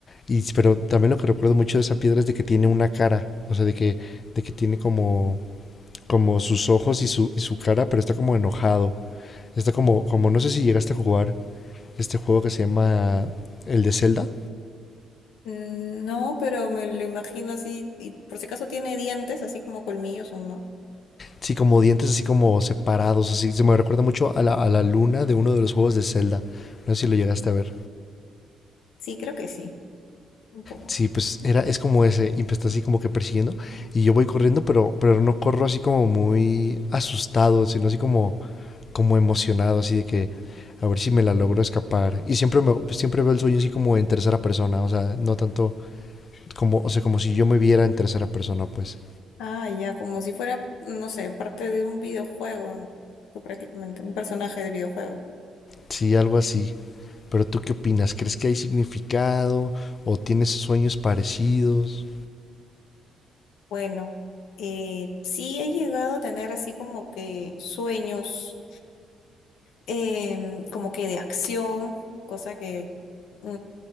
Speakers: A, on the left (about 40°); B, on the left (about 85°).
A: Y, pero también lo que recuerdo mucho de esa piedra es de que tiene una cara, o sea, de que, de que tiene como, como sus ojos y su, y su cara, pero está como enojado. Está como, como, no sé si llegaste a jugar este juego que se llama el de Zelda.
B: Mm, No, pero me lo imagino así, y por si acaso tiene dientes, así como colmillos o no.
A: Sí, como dientes así como separados, así. Se me recuerda mucho a la, a la luna de uno de los juegos de Zelda. No sé si lo llegaste a ver.
B: Sí, creo que sí, un poco.
A: Sí, pues era, es como ese, y me está así como que persiguiendo. Y yo voy corriendo, pero, pero no corro así como muy asustado, sino así como como emocionado, así de que a ver si me la logro escapar. Y siempre, me, siempre veo el sueño así como en tercera persona, o sea, no tanto como, o sea, como si yo me viera en tercera persona, pues.
B: Ah, ya, como si fuera, no sé, parte de un videojuego, mm, tú prácticamente, un personaje de videojuego.
A: Sí, algo así. Pero tú qué opinas? ¿Crees que hay significado? ¿O tienes sueños parecidos?
B: Bueno, eh, sí he llegado a tener así como que sueños. em, como que de acción, cosa que, mm,